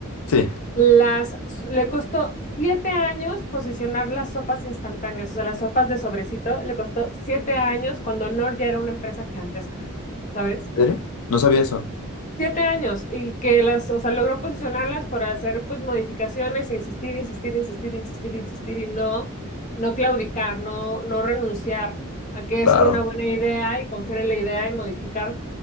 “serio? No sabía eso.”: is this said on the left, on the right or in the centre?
Left